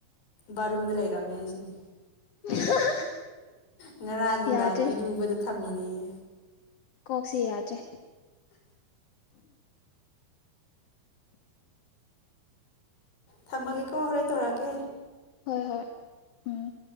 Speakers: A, on the left (about 80°); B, on the left (about 55°).
A: ꯕꯥꯔꯨꯝꯗ ꯂꯩꯔꯝꯃꯦ ꯑꯩꯁꯤꯅꯦ
B: <inaudible>
A: ꯉꯔꯥꯡ ꯅꯨꯡꯗꯥꯡ
B: ꯌꯥꯗ꯭ꯔꯦ
A: ꯏꯔꯨꯕꯗ ꯊꯝꯃꯤꯅꯦꯌꯦ
B: ꯀꯣꯛꯁꯤ ꯌꯥꯗ꯭ꯔꯦ
A: ꯊꯝꯃꯒꯦ ꯀꯣ ꯍꯔꯦꯟꯅ ꯇꯧꯔꯥꯒꯦ
B: ꯍꯣꯏ ꯍꯣꯏ ꯎꯝ